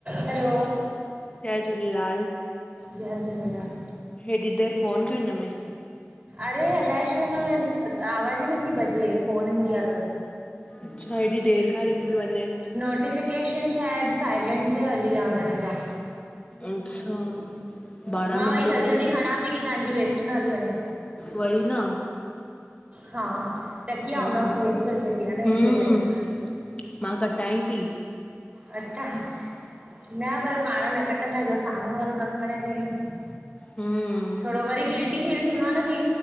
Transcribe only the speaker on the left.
जय झूलेलाल
हेॾी देर फ़ोन खरण में।
अच्छा ऐॾी देर खां रिंग पइ वञे।
अच्छा बारांह
मिंट
अॼु,
वई न।
हम्म
हम्म
मां कटाईं पी।
हम्म